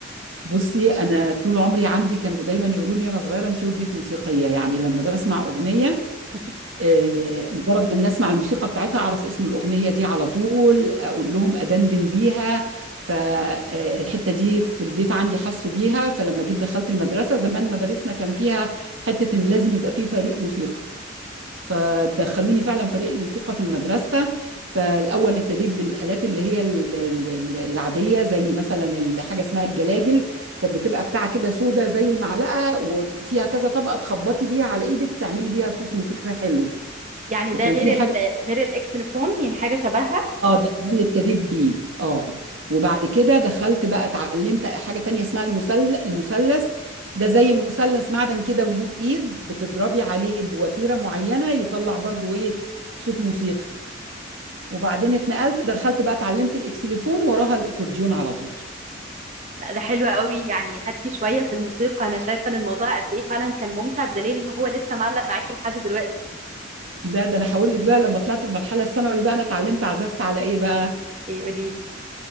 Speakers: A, on the right; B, on the right.
A: بصي انا طول عمري عندي كانوا دايما يقولوا لي انا صغيره انت ودنك موسيقيه يعني لما بسمع اغنيه
B: <laughs>
A: آه، مجرد ما الناس اسمع الموسيقى بتاعتها اعرف اسم الاغنيه دي على طول اقول لهم ادندن بيها فالحته دي في البيت عندي حسوا بيها فلما جيت دخلت المدرسه زمان مدارسنا كان فيها حته ان لازم يبقى في فريق موسيقى فدخلوني فعلا فريق الموسيقى في المدرسه فالاول ابتديت بالالات اللي هي ال- ال- ال- العاديه زي مثلا ال- حاجه اسمها الجلاجل كانت بتبقى بتاعه كده سودا زي المعلقه وفيها كذا طبقه تخبطي بيها على ايدك تعملي بيها صوت موسيقي حلو
B: يعني
A: وكان
B: ده غير
A: في حاجة
B: ال غير الاكسلفون يعني حاجه شبهها
A: اه ده ده اللي ابتديت بيه اه وبعد كده دخلت بقى اتعلمت حاجة تانية اسمها المثل المثلث ده زي مثلث معدن كده وليه ايد بتضربي عليه بوتيرة معينة يطلع برضو ايه صوت موسيقي وبعدين اتنقلت دخلت بقى اتعلمت الاكسليفون وراها الاكورديون على طول
B: لا ده حلو قوي يعني خدتي شوية في الموسيقى انا شايفة ان الموضوع قد ايه فعلا كان ممتع بدليل ان هو لسه معلق معاكي لحد دلوقتي
A: لا ده انا هقول لك بقى لما طلعت المرحلة الثانوي بقى انا اتعلمت عزفت على ايه بقى
B: ايه قوليلي